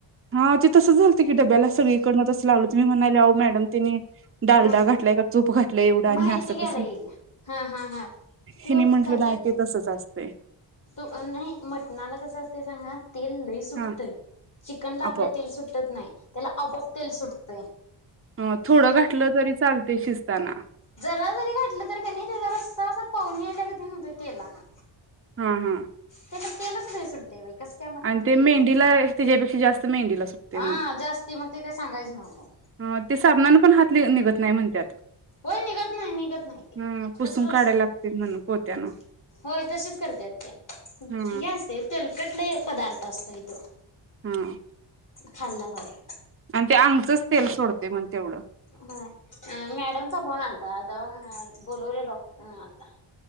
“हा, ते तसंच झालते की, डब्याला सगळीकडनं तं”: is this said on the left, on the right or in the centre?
Right